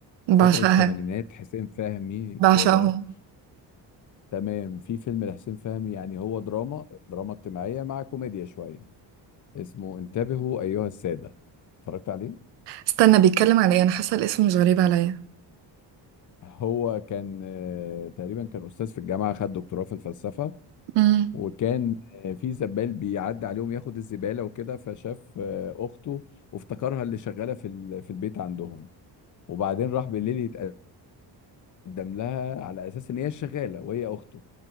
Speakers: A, on the right; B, on the left.
A: بعشقها
B: فتره الثمانينات حسين فهمي
A: بعشقهم
B: كده تمام في فيلم لحسين فهمي يعني هو دراما دراما اجتماعيه مع كوميديا شويه اسمه انتبهوا ايها الساده اتفرجت عليه
A: استنى بيتكلم على ايه انا حاسه الاسم مش غريب عليا
B: هو كان آه، تقريبا كان استاذ في الجامعه خد دكتوراه في الفلسفه
A: امم
B: وكان آه، في زبال بيعدي عليهم ياخد الزبالة وكده فشاف آه، أخته وافتكرها اللي شغالة في ال- في البيت عندهم وبعدين راح بالليل يتقدم لها على أساس إن هي الشغالة وهي أخته